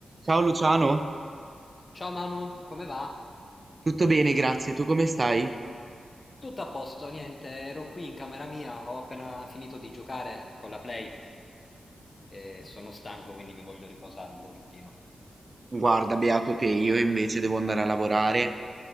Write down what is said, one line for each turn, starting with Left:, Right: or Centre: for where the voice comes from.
Right: Ciao Luciano,
Left: Ciao Manu, come va?
Right: tutto bene, grazie. Tu come stai?
Left: Tutto a posto, niente, ero qui in camera mia, ho appena finito di giocare con la Play e sono stanco, quindi mi voglio riposare un pochettino.
Right: Guarda, beato te, io invece devo andare a lavorare.